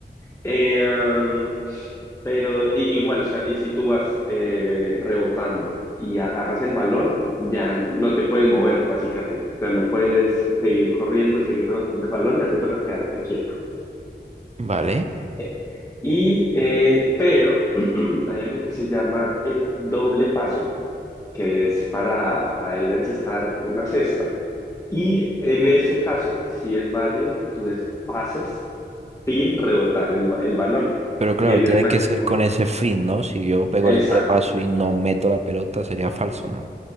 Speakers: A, on the left; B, on the right.
A: Eh, um, pero i- igual, o sea, y si tú vas eh, rebotando y agarras el balón, ya no te puedes mover, básicamente. O sea, no puedes seguir corriendo, seguir rebotando el balón, ya te toca quedarte quieto.
B: vale.
A: Eh, y, eh, pero <clears throat> hay algo que se llama el doble paso, que es para, para ir a encestar una cesta. Y en ese caso, sí es válido que tú des pasos sin rebotar el, ba- el balón.
B: Pero claro,
A: Tienes
B: tiene
A: máximo.
B: que ser con ese fin, ¿no? Si yo pego el
A: Exacto.
B: doble paso y no meto la pelota, sería falso, ¿no?